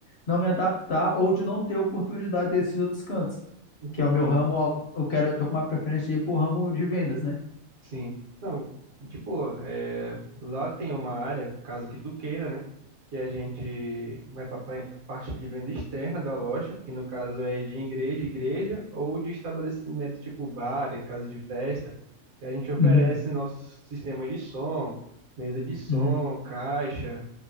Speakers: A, on the left (about 60°); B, on the right (about 70°).
A: não me adaptar ou de não ter oportunidade desses outros cantos,
B: entendi.
A: que é o meu ramo eu quero, eu tô com uma preferência de ir pro ramo de vendas, né?
B: Sim, não, de boa. É, lá tem uma área, caso que tu queira, né? Que a gente vai para a parte de venda externa da loja, que no caso é de igreja, igreja ou de estabelecimento tipo bar, e casa de festa. E a gente oferece
A: Uhum,
B: nosso sistema de som, mesa de som,
A: uhum,
B: caixa,